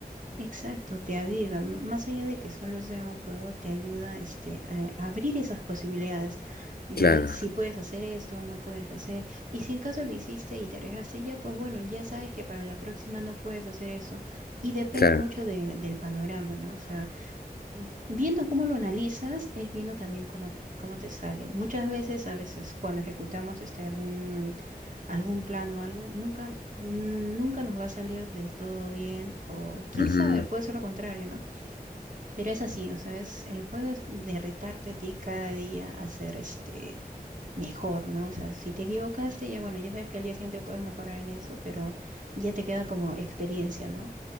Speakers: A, on the right; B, on the left.
A: Exacto, te aviva, m- más allá de que solo sea un juego, te ayuda este, a a abrir esas posibilidades de
B: Claro,
A: ver si puedes hacer esto o no puedes hacer. Y si en caso lo hiciste y te arriesgaste, ya pues bueno, ya sabes que para la próxima no puedes hacer eso. Y depende
B: claro.
A: mucho de- del panorama, ¿no? O sea, Viendo cómo lo analizas, es viendo también cómo, cómo te sale. Muchas veces, a veces cuando ejecutamos este algún, algún plan o algo, nunca, nunca nos va a salir del todo bien o quién
B: ujú.
A: sabe, puede ser lo contrario, ¿no? Pero es así, o sea, es, el juego es de retarte a ti cada día a ser este mejor, ¿no? O sea, si te equivocaste, ya bueno, ya sabes que al día siguiente puedes mejorar en eso, pero ya te queda como experiencia, ¿no?